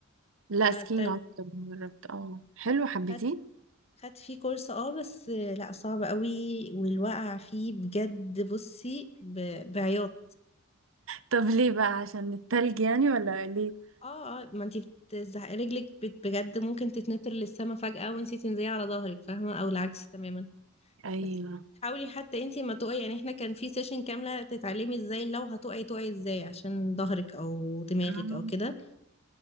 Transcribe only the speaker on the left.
على
التلج
خدت خدت فيه كورس اه بس لا صعب قوي والوقع فيه بجد بصي ب... بعياط
اه اه ما انتي بتزحق رجلك بت- بجد ممكن تتنطر للسما فجأة وانتي تنزلي على ظهرك فاهمة او العكس تماما
بس حاولي حتى انتي ما تقعي يعني احنا كان في سيشن كاملة تتعلمي ازاي لو هتقعي تقعي ازاي عشان ظهرك او دماغك
او كده